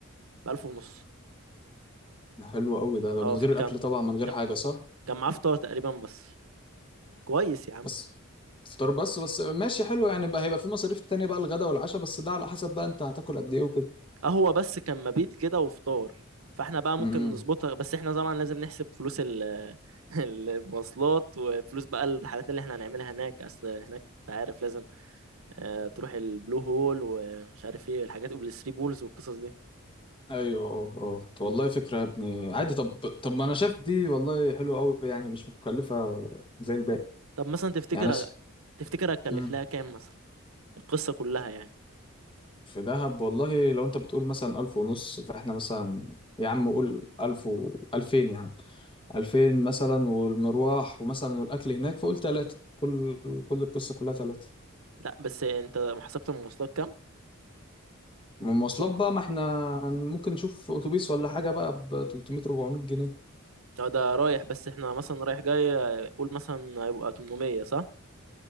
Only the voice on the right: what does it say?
1000 ونص
اه
في
الكامب
ك-
كان معاه فطار تقريبا بس كويس يا عم
قهوة بس كان مبيت كده وفطار فاحنا بقى ممكن
نظبطها بس احنا طبعا لازم نحسب فلوس ال- <laughs> المواصلات وفلوس بقى الرحلات اللي احنا هنعملها هناك اصل هناك انت عارف لازم آه، تروح البلو هول ومش عارف ايه الحاجات والثري بولز والقصص دي
طب مثلا تفتكر
تفتكر هتكلف
لها كام مثلا القصة كلها يعني
لا بس انت حسبت المواصلات كام
اه ده رايح بس احنا مثلا رايح جاي آه، قول مثلا هيبقى 800 صح